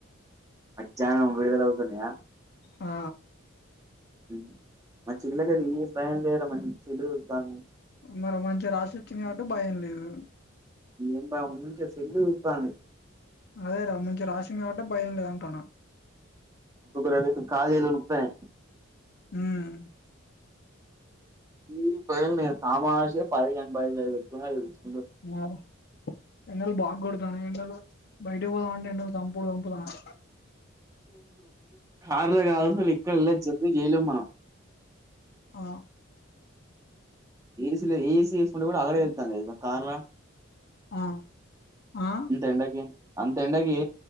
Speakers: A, on the right; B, on the left.
A: మధ్యాహ్నం విడుదల అవుతున్నాయా
B: ఆ
A: ఉహు మా చెల్లె గానీ స్టాండెడ్ మంచి గా ఉంటంది
B: మరో మంచిగా రాసి వచ్చింది కాబట్టి భయం లేదు
A: ఎం భయం మంచిగా సెల్ చూతంది
B: అదేరా మంచిగా రాసింది కాబట్టి భయం లేదు అంటనా
A: ఒకఒకరు అయితే కాళ్ళు చేతులు వణుకుతాయి
B: హ్మ్
A: ఈ భయ తామాష <unintelligible>
B: అ ఎండలు బాగా కొడతన్నాయి ఎండలు బయటీకి పోదాం అంటే ఎండలు సంపుడూ సంపుతునాయి
A: కార్లో కాదు అసలు ఇక్కడలా జర్నీ చేయలేం మనం
B: ఆ
A: ఏసీలో ఏసీ ఎసుకుంటే కూడా అలాడు వెళ్తున్నాయి కార్లా
B: ఆ ఆ
A: అంత ఎండకి అంత ఎండకి